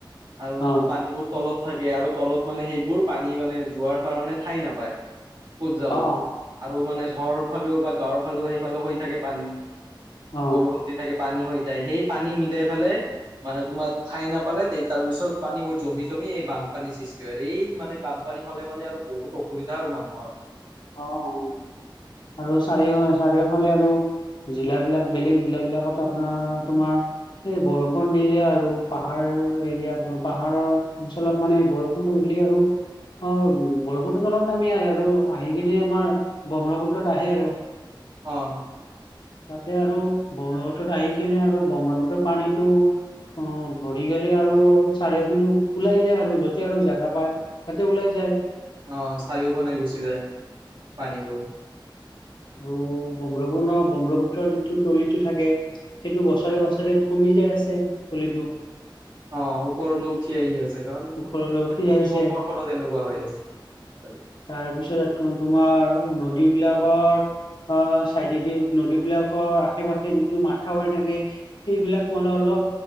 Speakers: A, on the right; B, on the left.
A: আৰু
B: অ
A: পানীবোৰ তলত থাকে আৰু তলত মানে সেইবোৰ পানী মানে যোৱাৰ কাৰণে ঠাই নাপায়, ক'ত যাব।
B: অ
A: আৰু মানে চহৰৰ ফালেও বা গাঁৱৰ ফালেও সেইফালেও হৈ থাকে পানী,
B: অ
A: বৰষুণ দি থাকে পানী হৈ যায়, সেই পানী মিলাই ফেলাই মানে তোমাৰ ঠাই নাপালে তে তাৰপিছত পানীবোৰ জমি, জমি এই বানপানীৰ সৃষ্টি হয়, আৰু এই মানে বান পানী হ'লে মানে আৰু বহুত অসুবিধা আৰু মানুহৰ।
B: অ', অ', আৰু চাৰিও- চাৰিওফালে আৰু জিলাবলাক বেলেগ জিলাবিলাকত আপোনাৰ তোমাৰ এই বৰষুণ দিলে আৰু পাহাৰ এৰিয়াত পাহাৰৰ অঞ্চলত মানে বৰ ষুণটো দিলি আৰু অ', বৰষুণটো তলত নামি আহে আৰু আহি কিনে আমাৰ ব্ৰহ্মপুত্ৰত আহে আৰু।
A: অ'।
B: তাতে আৰু ব্ৰহ্মপুত্ৰত আহি কেনে আৰু ব্ৰহ্মপুত্ৰৰ পানীটো অ', ভৰি গ'লে আৰু চাৰিও পিনে ওলাই যায় আৰু য'ত এতিয়া আৰু জাগা পাই তাতে ওলাই যায়।
A: অঁ' চাৰিওপানে গুচি যায় পানীবোৰ।
B: আৰু ব্ৰহ্মপুৰ্ণ ব্ৰহ্মপুত্ৰৰ যিটো তলিটো থাকে- সেইটো বছৰে বছৰে কমি যায় আছে তলিটো।
A: অ' ওপৰলৈ উঠি- ঠি আহি আছে কাৰণ মানে
B: ওপৰলৈ উঠি
A: ভূমিকম্পৰ
B: আহিছে
A: ফলত এনেকুৱা হৈ আছে।
B: তাৰ পিছত এটো তোমাৰ নদী বিলাকৰ- অঁ' চাইডেদি নদীবলাকৰ আশে পাশে যিটো মাথাউৰি থাকে- সেইবিলাক মলে অলপ